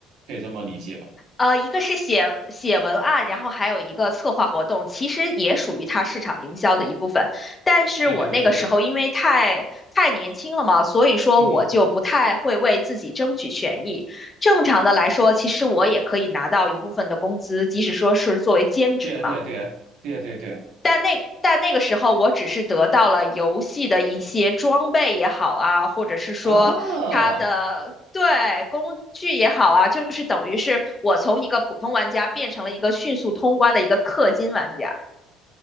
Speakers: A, on the right; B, on the left.
A: 可以这么理解吗？
B: 呃，一个是写写文案，然后还有一个策划活动，其实也属于它市场营销的一部分。但是我那个时候因为太太年轻了嘛，
A: 对对对对对，
B: 所以说我就不太会为自己争取权益。
A: 嗯哼，
B: 正常的来说，其实我也可以拿到一部分的工资，即使说是作为兼职嘛。
A: 对啊对啊对啊对啊对啊对啊
B: 但那个但那个时候，我只是得到了游戏的一些装备也好啊，或者是说它的对工具也好啊，
A: 啊，
B: 就是等于是我从一个普通玩家变成了一个迅速通关的一个氪金玩家。